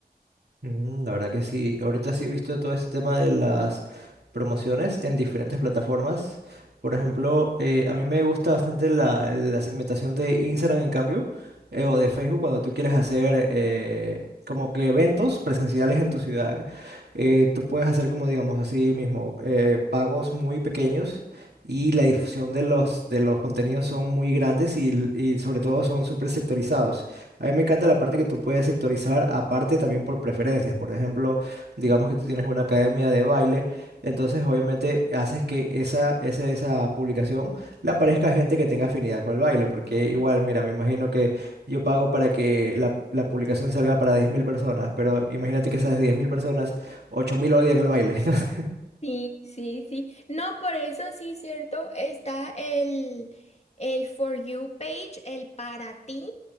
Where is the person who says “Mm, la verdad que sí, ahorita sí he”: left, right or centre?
Right